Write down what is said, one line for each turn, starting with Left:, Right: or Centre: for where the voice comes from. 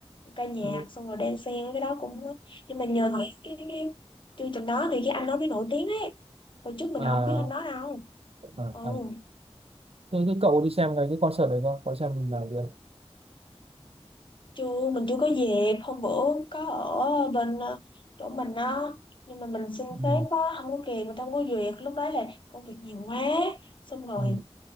Left: ca nhạc
Right: Ừ.
Left: xong rồi đan xen cái đó cũng nhưng mà nhờ cái, cái, cái chương trình đó thì cái anh đó mới nổi tiếng ấy hồi trước mình
Right: à,
Left: không biết anh đó đâu
Right: à,
Left: ừ
Right: à. Thế cái cậu đi xem cái, cái concert đấy không có xem là việc
Left: chưa mình chưa có dịp hôm bữa có ở bên ờ, chỗ mình á nhưng mà mình xin
Right: ừ.
Left: phép á không có kịp người ta không có duyệt lúc đó là công việc nhiều quá xong rồi
Right: Ừ.